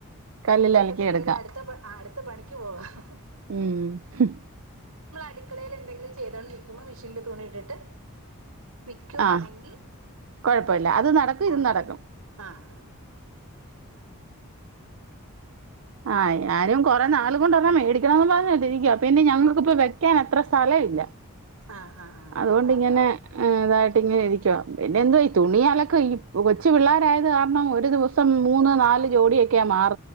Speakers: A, on the right (about 60°); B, on the right (about 85°).
A: കല്ലിൽ
B: പെട്ടെന്ന്
A: അലക്കി
B: കേറി
A: എടുക്കാം
B: അടുത്ത പ്പ ആ ട് പ്പണിക്ക് പോവാം ഹ ഹ ഹ
A: ഉം ഹും
B: അടുക്കളയിൽ എന്തെങ്കിലും ചെയ്തോണ്ട് നൽക്കുമോ മെഷീന് തുണി ഇട്ടിട്ട് നിക്കുവാണെങ്കിൽ
A: ആ കൊഴപ്പില്ല അത് നടക്കും
B: കൊ
A: ഇത് നടക്കും
B: ആഹ്
A: ആ് ആരും കുറെേ നാൾ കൊണ്ടൊല്ലാം മേടിക്കണംന്ന് പറഞ്ഞ ഇരിക്കുവ പിന്നെ ഞങ്ങൾക്കിപ്പോ വെക്കാൻ അത്ര സ്ഥലമില്ല
B: ആഹ് ആഹ് ആഹ്
A: അതോണ്ടിങ്ങനെ ഏ ഇതായി ഇങ്ങനെരിക്ക പിന്നെ എന്തോ തുണിയാലൊക്കെ ഈ കൊച്ചു പിള്ളോരായത് കാരണം ഒരു ദിവസം മൂന്ന് നാല് ജോഡിയൊക്കെയ മാർ